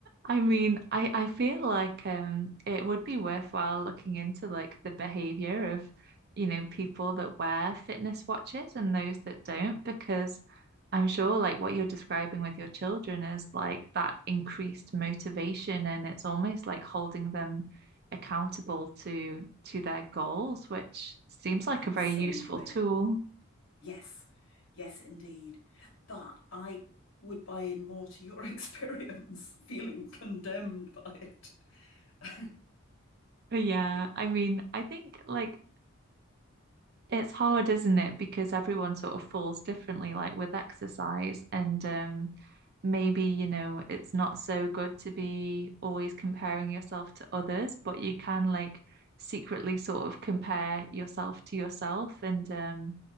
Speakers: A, on the right (about 50°); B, on the left (about 70°).
A: I mean, I, I feel like um it would be worthwhile looking into like the behavior of, you know, people that wear fitness watches and those that don't, because I'm sure like what you're describing with your children is like that increased motivation and it's almost like holding them accountable to to their goals, which seems like
B: Absolutely.
A: a very useful tool.
B: Yes. Yes, indeed. But I would buy in more to your <laughs> experience, feeling condemned by it. <laughs>
A: <laughs> Yeah,
B: It-
A: I mean, I think like It's hard, isn't it? Because everyone sort of falls differently, like with exercise, and um, maybe, you know, it's not so good to be always comparing yourself to others, but you can like secretly sort of compare yourself to yourself and um,